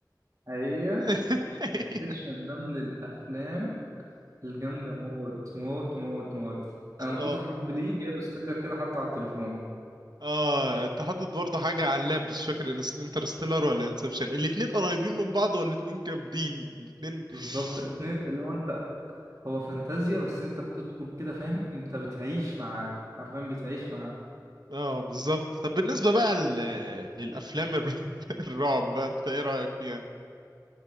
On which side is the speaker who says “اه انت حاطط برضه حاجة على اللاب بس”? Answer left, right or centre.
Right